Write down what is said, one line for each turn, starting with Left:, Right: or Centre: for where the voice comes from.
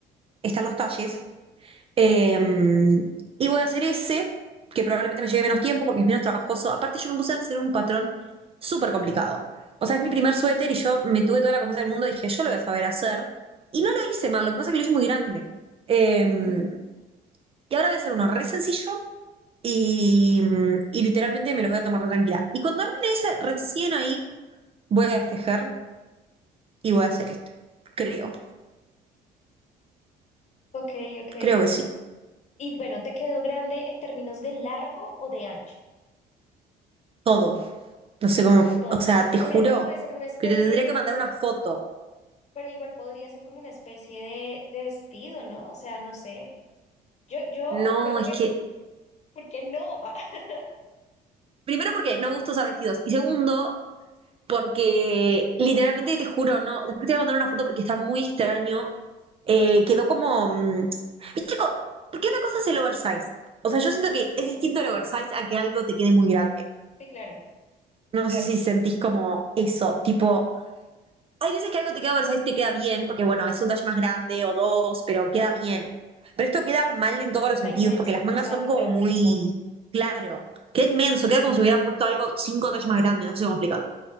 Right: están los talles. Em,
Left: sí.
Right: y voy a hacer ese, que probablemente me lleve menos tiempo porque es menos trabajoso. Aparte, yo me puse a hacer un patrón súper complicado. O sea, es mi primer suéter y yo me tuve toda la confianza del mundo dije, yo lo voy a saber hacer. Y no lo hice mal, lo que pasa es que lo hice muy grande. Eh,
Left: Ujú.
Right: y ahora voy a hacer uno re sencillo y, y literalmente me lo voy a tomar re tranquila. Y cuando termine ese, recién ahí voy a destejar y voy a hacer este. Creo,
Left: Ok, ok.
Right: creo que sí.
Left: Y bueno, ¿te quedó grande en términos de largo o de ancho?
Right: Todo. No sé cómo,
Left: De todo.
Right: o sea, te
Left: Pero
Right: juro
Left: mira que puede ser una especie
Right: que te tendría
Left: de,
Right: que mandar
Left: pues
Right: una foto.
Left: pero igual podría ser como una especie de, de vestido, ¿no? O sea, no sé. Yo, yo
Right: No,
Left: creo que,
Right: es que,
Left: ¿por qué no? <laughs>
Right: primero porque no me gusta usar vestidos y segundo porque literalmente te juro, no, después te voy a mandar una foto porque está muy extraño. Eh, quedó como, mm, viste, co- porque una cosa es el oversize. O sea, yo siento que es distinto
Left: Ah, sí,
Right: el oversize a que algo te quede muy grande.
Left: sí, claro.
Right: No sé Claro. si sentís como eso, tipo, hay veces que algo te queda oversize y te queda bien, porque bueno, es un talle más grande o dos, pero
Left: Ujú.
Right: queda bien. Pero esto queda mal en todos los
Left: Está
Right: sentidos,
Left: inmenso,
Right: porque las mangas
Left: santo,
Right: son como muy, claro, queda inmenso, queda como si hubiera puesto algo cinco tallas más grande, no sé cómo explicarlo.